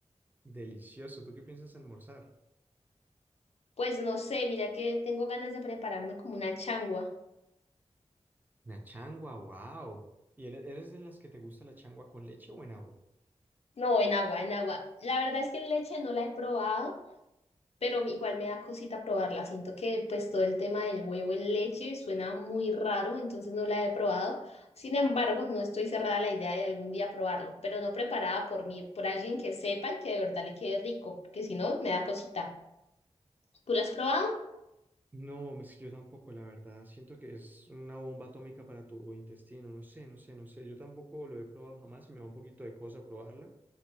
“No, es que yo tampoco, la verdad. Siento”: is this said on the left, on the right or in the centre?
Right